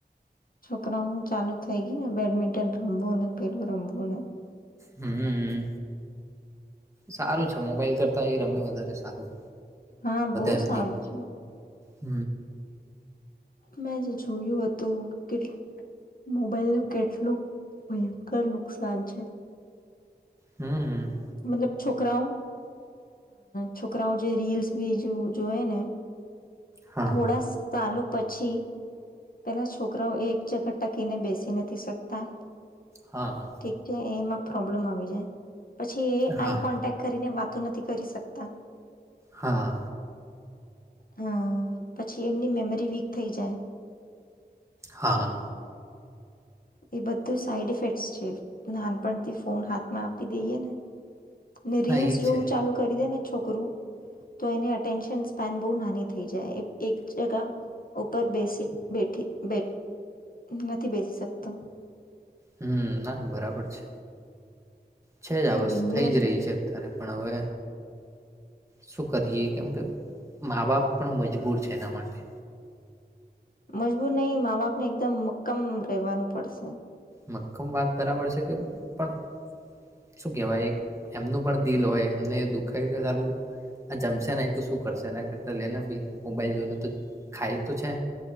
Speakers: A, on the left; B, on the right.
A: છોકરાઓનું ચાલુ થઈ ગયું ને બેડમિન્ટન થંભો અને પેલું રમ બોલો.
B: હમ, સારું છે મોબાઈલ કરતા એ રમે વધારે સારું.
A: હા બહુ
B: એમની,
A: સારું છે
B: હ
A: મેં જોયું હતું કે મોબાઈલ નું કેટલું ભયંકર નુકસાન છે.
B: હમ
A: મતલબ છોકરાઓ છોકરાઓ જે રીલ્સ બી જોએ ને
B: હા
A: થોડા ચાલો પછી પહેલા છોકરાઓ એ એક જગત ટકીને બેસી નથી શકતા.
B: હા
A: ઠીક છે એમાં પ્રોબ્લેમ આવી જાય. પછી એ
B: હા
A: આઈ કોન્ટેક્ટ કરીને વાત નથી કરી શકતા.
B: હા.
A: હ પછી એમની મેમરી વીક થઈ જાય.
B: હા હા.
A: એ બધું સાઈડ ઇફેક્ટ છે, નાનપણથી ફોન હાથમાં આપી દઈયએ ને. ને રીલ્સ
B: ના એ
A: જોવું
B: છે
A: ચાલુ કરી દે ને છોકરું, તો એને અટેન્શન સ્પેન બહ નાની થઈ જાય એક જગા ઉપર બેસી બેઠ નથી બેસીક તો
B: હમ ના ના બરાબર છે. છે જ
A: બહુ
B: આ વસ્તુ
A: ડેન્જરસ
B: થઈ જ રહી છે અત્યારે પણ હવે શું કરીએ કેમ કે મા બાપ પણ મજબૂર છે એના માટે.
A: મજબૂર નહી મા બાપને એકદમ મક્કમ રહેવાનું પડશે.
B: મક્કમ વાત બરાબર છે પણ શું કેવાય એમનું પણ દિલ હોય એમને દુખે કે સારું, આ જમશે એ તો શું કરશે એના કરતા લેને ભ મોબાઈલ જોઈને તો ખાય તો છે.